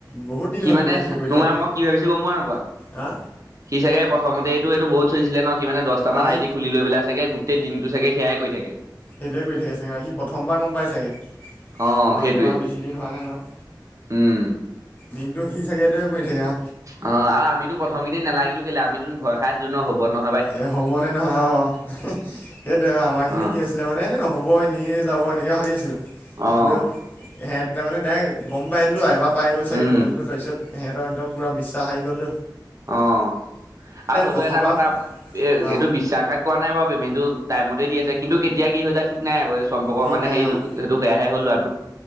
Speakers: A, on the left; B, on the right.
A: বহুত দিন
B: সি
A: হ'ল
B: মানে
A: দা সিয় কৰি
B: তোমাৰ
A: থোৱা
B: মই কি ভাবিছো গম পোৱা নোপোৱা?
A: হা!
B: সি চাগে। প্ৰথমতে এইটো, এইটো বহুত চলিছিলে ন সিমানে দহটা
A: অ
B: মান
A: সি
B: আইটি খুলি লৈ চাগে, গোটেই দিনটো চাগে সেয়াই কৰি থাকে।
A: সেইটোৱে কৰি থাকে চাগে সি প্ৰথমবাৰ গম পাই চাগে।
B: অ'
A: আমাৰ
B: সেইটোৱে
A: তোমাৰ বেছি দিন হোৱা নাই নহয়,
B: উম
A: দিনটো সি চাগে কৰি থাকে অ
B: অ', আৰু আমিতো প্ৰথম কেইদিন নালাগিলোঁ কেলে আমিতো ভয় খাই আছিলো ন হ'ব নহ'ব।
A: এ হ'বনে নহয় অ', সেইটোৱেই আমাৰ খিনি
B: অ'
A: কি আছিলে মানে নহ'ব এনেই যাব। মই এনেকৈ ভাবি আছিলোঁ
B: অ'
A: কিন্তু এহেত মানে ডাইৰেক্ট গম পাইল এইবাৰ পাই গ'ল চাগেটো
B: উম
A: তাৰপিত সিহঁতক একম পুৰা বিশ্বাস আহ গ'ল
B: অ', আৰু হ'লেও
A: প্ৰথমবাৰ
B: এটা কথা এ
A: অ
B: এইটো বিশ্বাসঘাত কৰা নাই বাৰু পেমেনটো টাইমতে দি আছে কিন্তু কেতিয়া কি হৈ যায় ঠিক নাই আকৌ চম্পকৰ
A: ঠিক
B: মানে
A: নাই
B: সেই
A: অ',
B: সেইটো সেয়াহে হ'ল ল'ৰাটো